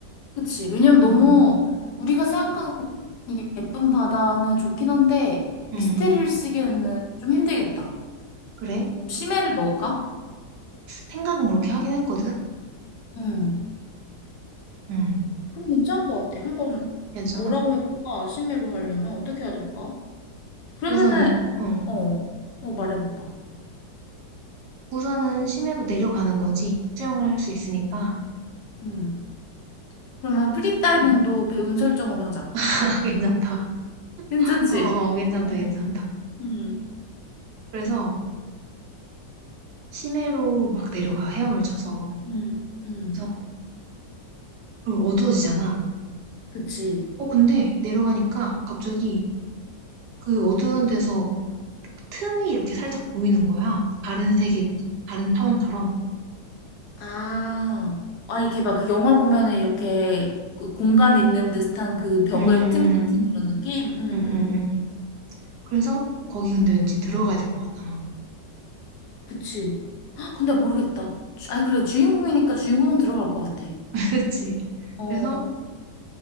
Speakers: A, on the left (about 70°); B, on the right (about 70°).
A: 그치? 왜냐면
B: 어,
A: 너무
B: 어.
A: 우리가 생각하는 이 예쁜 바다는 좋긴 한데
B: 응,
A: 미스테리를 쓰기에는 좀 힘들겠다.
B: 그래?
A: 그럼 심해를 넣을까?
B: 생각은 그렇게 하긴 했거든?
A: 음.
B: 응,
A: 그럼 괜찮은 것 같아. 한번
B: 괜찮아?
A: 뭐라고 해볼까? 심의로 하려면 어떻게 해야 될까? 그러면은,
B: 우선, 이, 어.
A: 어, 어, 말해봐봐.
B: 우선은 심해로 내려가는 거지. 수영을 할 수 있으니까.
A: 음. 그러면 프리다이빙도
B: 어,
A: 배운 설정으로 하자.
B: <laughs> 아, 괜찮다.
A: 괜찮지?
B: 어, 어, 괜찮다,
A: 응,
B: 괜찮다.
A: 응,
B: 그래서 심해로 막 내려가, 헤엄을 쳐서.
A: 응, 응.
B: 그래서, 그럼 어두워지잖아.
A: 그치.
B: 어 근데 내려가니까 갑자기 그 어두운 데서 틈이 이렇게 살짝 보이는 거야. 다른 세계, 다른 차원처럼.
A: 아, 아, 이렇게 막 그 영화 보면은 이렇게 그 공간 있는 듯한 그 벽의
B: 음,
A: 틈 같은 그런 느낌? 응,
B: 음, 음,
A: 응.
B: 음. 그래서 거기 근데 왠지 들어가야 될 것 같잖아.
A: 그치. 아, 근데 모르겠다. 주- 아니, 그래. 주인공이니까 주인공은 들어갈 것 같아.
B: <laughs> 그치?
A: 어,
B: 그래서